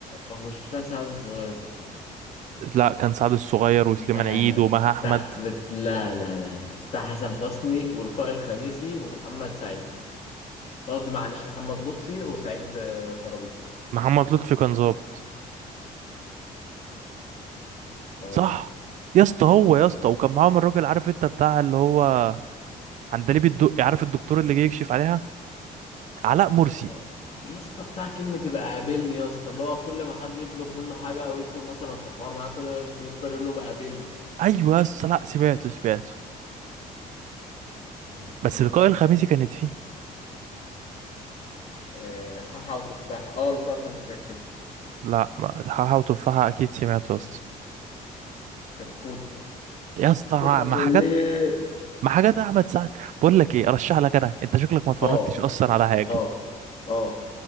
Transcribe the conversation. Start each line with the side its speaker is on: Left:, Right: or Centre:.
Left: هو مش بتاع سعد الصغير بقى
Right: لا كان سعد الصغير وسليمان
Left: لا
Right: عيد ومها احمد
Left: بتاع بت... لا لا لا لا بتاع حسن حسني ولقاء الخميسي ومحمد سعيد قصدي معلش محمد لطفي وسعيد آه، طرابيك
Right: محمد لطفي كان ظابط
Left: اه
Right: صح يا اسطى هو
Left: اه
Right: يا اسطى وكان معاهم الراجل عارف انت بتاع اللي هو عندليب الدقي عارف الدكتور اللي جاي يكشف عليها علاء مرسي
Left: آه، يا اسطى بتاع كلمة يبقى قابلني يا اسطى اللي هو كل ما حد يطلب منه حاجة أو يدخل مثلا في حوار معاه كده يفضل يفضل يقول له بقى قابلني
Right: ايوه يا اسطى لا سمعته سمعته
Left: آه.
Right: بس لقاء الخميسي كانت فيه
Left: آه، حاحة وتفاحة اه القارة الخامسة كانت شيء
Right: لا ما- حاحة وتفاحة اكيد سمعته يا اسطى
Left: كانت كوت
Right: يا اسطى
Left: كوت
Right: مع
Left: أبو
Right: مع حاجات
Left: الليل
Right: مع حاجات احمد سعد بقول لك ايه ارشح لك انا انت شكلك ما اتفرجتش
Left: اه
Right: اصلا على حاجة
Left: اه اه